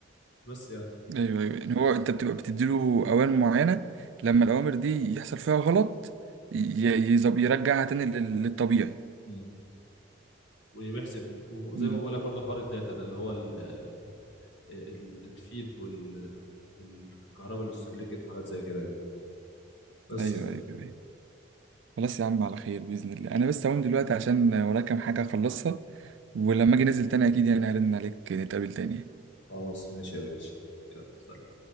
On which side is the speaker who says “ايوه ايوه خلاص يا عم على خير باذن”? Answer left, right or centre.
Right